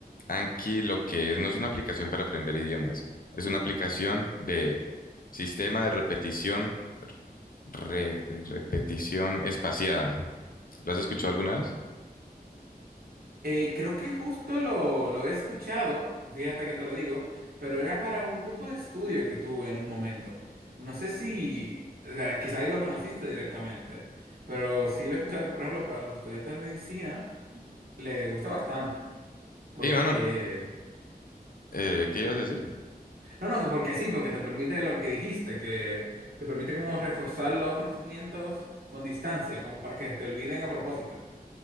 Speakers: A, on the left; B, on the right.
A: Anki lo que es, no es una aplicación para aprender idiomas, es una aplicación de sistema de repetición, re- de repetición espaciada. ¿Lo has escuchado alguna vez?
B: Eh, creo que justo lo, lo he escuchado, fíjate que te lo digo, pero era para un grupo de estudio que tuve en un momento. No sé si, o sea, quizá ahí lo conociste directamente, pero sí lo he escuchado que, por ejemplo, para los estudiantes de medicina les gusta bastante, porque
A: Sí, mano, eh, ¿qué ibas a decir?
B: No, no, que porque sí, porque te permite lo que dijiste, que te permite como reforzar los conocimientos con distancia, como para que te olviden a propósito.